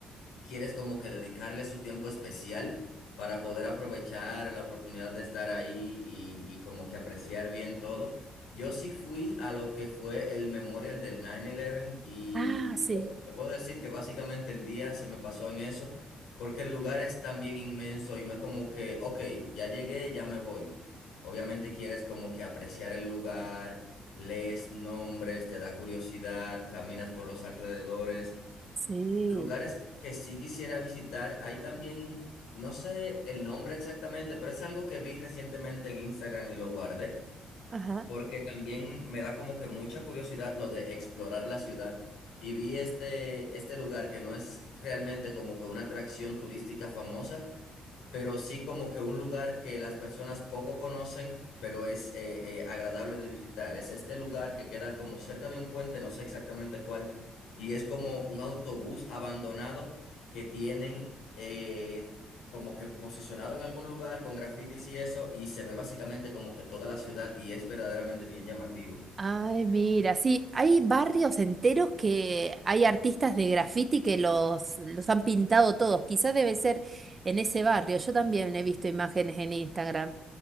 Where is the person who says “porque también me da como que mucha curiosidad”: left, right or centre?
Left